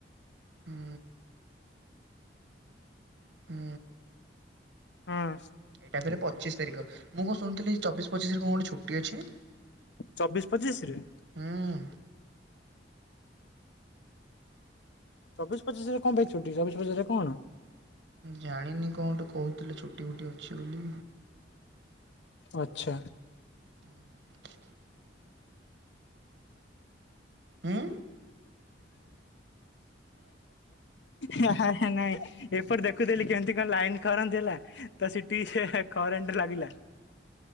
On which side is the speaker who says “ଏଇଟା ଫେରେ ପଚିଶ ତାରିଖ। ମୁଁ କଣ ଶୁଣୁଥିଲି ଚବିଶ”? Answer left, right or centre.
Right